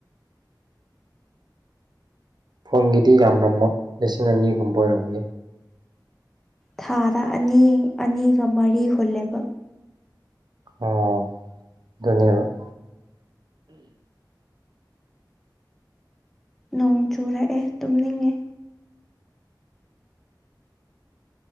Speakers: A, on the right; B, in the centre.
A: ꯐꯣꯟꯒꯤꯗꯤ ꯌꯥꯝꯔꯝꯃꯣ ꯂꯤꯁꯤꯡ ꯑꯅꯤꯒꯨꯝꯕ ꯑꯣꯏꯔꯝꯒꯅꯤ
B: ꯊꯥꯗ ꯑꯅꯤ ꯑꯅꯤꯒ ꯃꯔꯤ ꯍꯨꯜꯂꯦꯕ
A: ꯑꯣ ꯅ
B: ꯅꯣꯡ ꯆꯨꯔꯛꯑꯦ ꯇꯨꯝꯅꯤꯡꯉꯦ